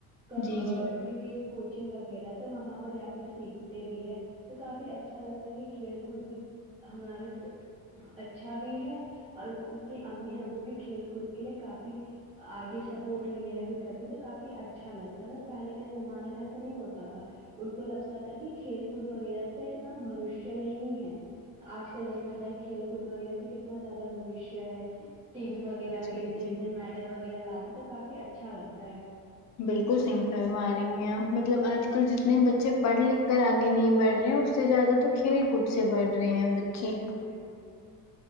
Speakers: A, on the right; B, on the left.
A: کا
B: جی جی
A: کرکٹ کوچنگ وغیرہ تو وہاں پر جا کے سیکھتے بھی ہیں تو کافی اچھا لگتا ہے کہ کھیل کود بھی ہمارے اچھا بھی ہے اور ان کی امی ابو بھی کھیل کود کے لیے کافی آگے سپورٹ وغیرہ بھی کرتی تو کافی اچھا لگتا ہے پہلے کے زمانے میں ایسا نہیں ہوتا تھا ان کو لگتا تھا کہ کھیل کود وغیرہ سے ہے نا بوشیہ نہیں ہے آج کل دیکھا جائے کھیل خود وغیرہ سے کتنا زیادہ بوشیہ ہے ٹی وی وغیرہ میں
B: جی
A: اتنے
B: جی
A: اتنے مے وغیرہ لاتے تو کافی اچھا لگتا ہے
B: بالکل سہی فرما رہی ہیں آپ مطلب آج کل جتنے بچے پڑھ لکھ کر آگے نہیں بڑھ رہے سب سے زیادہ تو کھیل کود سے بڑھ رہے ہیں بچے
A: بلکل